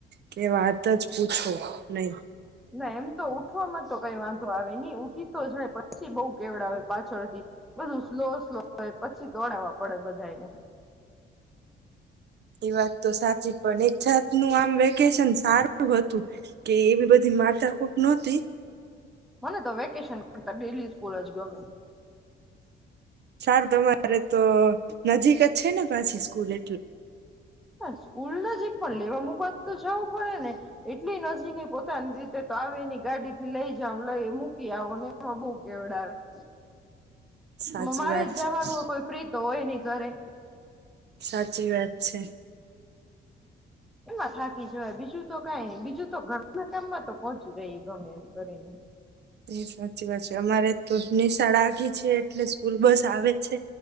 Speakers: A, on the right; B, in the centre.
A: કે વાત જ પૂછો નહી
B: ના એમ તો ઉઠવામાં તો કઈ વાંધો આવે નહી ઉઠી તો જાય પછી બહુ કેવડાવે હોય પાછળથી બધું સ્લો સ્લો હોય પછી દોડાવવા પ પડે બધાંયને
A: એ વાત તો સાચી પણ એક જાતનું આમ વેકેશન સારું હતું કે એવી બધી માથાકૂટ નહોતી
B: મને તો વેકેશન કરતા ડેલી સ્કૂલ જ ગમે <inaudible>
A: સારું તમારે તો નજીક જ છે ને પાછી સ્કૂલે
B: હા સ્કુલ નજીક પણ લેવા મુકવા તો જવું પડે ને એટલી નજીકે પોતાની રીતે તો આવેની ગાડી થી લઈ જાવ લઈ મૂકી આવો ને એમાં બહુ કેવડાવે <inaudible>
A: સાચી
B: મારે
A: વાત છે
B: જવાનું હોય કોઈ ફ્રી તો હોય નહી ઘરે
A: સાચી વાત છે
B: એમાં થાકી જવાય બીજું તો કઈ નહીં બીજું તો ઘરના કામમાં તો પહોંચી રહી ગમે એમ કરીને
A: એ સાચી વાત છે તમારે તો નીસાડે એ છે એટલે સ્કૂલ બસ આવે છે